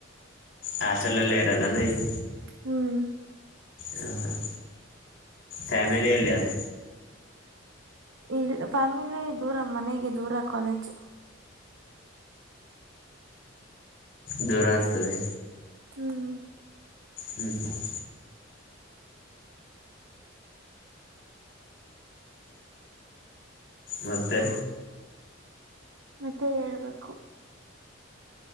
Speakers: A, on the left; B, on the right.
A: ಹಾಸ್ಟಲಲ್ಲಿ ಇರದನ್ ಇಗ್
B: ಹ್ಮ್.
A: ಹ್ಮ್ ಹ್ಮ್. ಫ್ಯಾಮಿಲಿ ಎಲ್ಯದ್.
B: ಇ ಫ್ಯಾಮಿಲಿ ದೂರ ಮನೆಗೆ ದೂರ ಕ್ವಲೇಜ್.
A: ದೂರ ಆಗ್ತದೆ.
B: ಹ್ಮ್.
A: ಹ್ಮ್ ಹ್ಮ್. ಮತ್ತೇ.
B: ಮತ್ತೆ ಹೇಳ್ಬೇಕು.